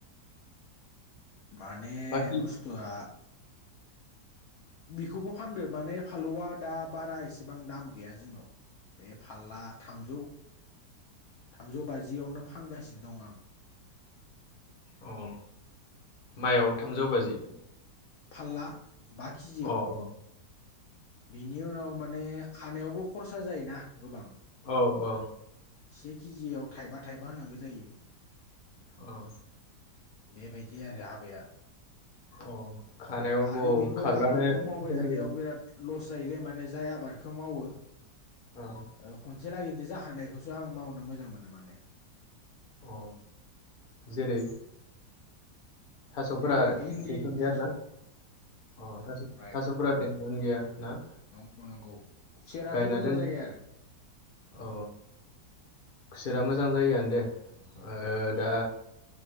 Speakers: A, on the left; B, on the left.
A: माने
B: बाखि
A: बुस्थुआ बिखौबो फानदो, माने फालौआ दा बारा एसेबां दाम गैया जोंनाव। बे फारला थामजौ -थामजौ बाजियावनो फानगासिनो दं आं।
B: अ माइआव थामजौ बाजि?
A: फाल्ला बा केजियाव।
B: अ अ
A: बिनि उनाव माने खानायावबो खरसा जायोना गोबां।
B: औ औ।
A: से केजियाव थाइबा थाइबा होनांगौ जायो।
B: औ।
A: बेबायदि आरो हाबाया।
B: औ खानायाव
A: आरो
B: औ
A: बेफोर
B: खाग्रानो
A: आबादखौ मावबाय
B: फैसा
A: थानायाव
B: नांगोन
A: बिराद लस जायोलै माने जाय आबादखौ मावो।
B: ओ।
A: ओ खनसे लागैनो जाखानायखौसो आं मावनो मोजां मोनो माने।
B: अ जेरै थास'फोरा
A: जेरै भिन्दि
B: टेनसन गैया
A: थास'
B: आरोना। अ था-
A: राइट
B: थास'फोरा टेनसन गैया। ना
A: नंगौ नंगौ खुसेराबो
B: गायना
A: मोजां
B: दोन
A: जायो आरो
B: औ खुसेरा मोजां जायोन दे ओ दा